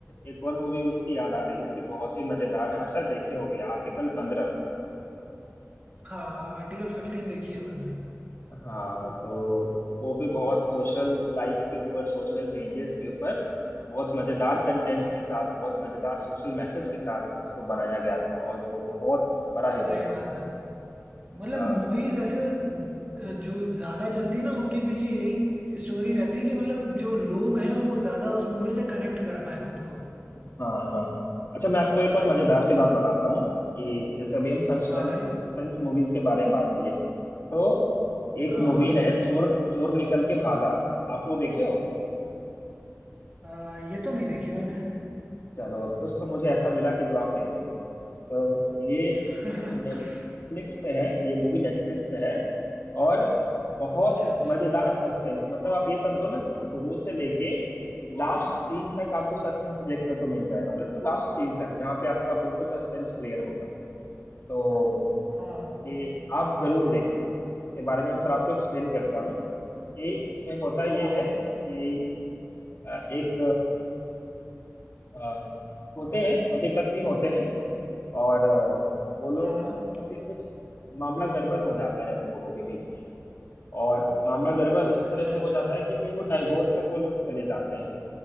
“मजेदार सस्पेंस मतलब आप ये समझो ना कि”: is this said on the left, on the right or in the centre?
Left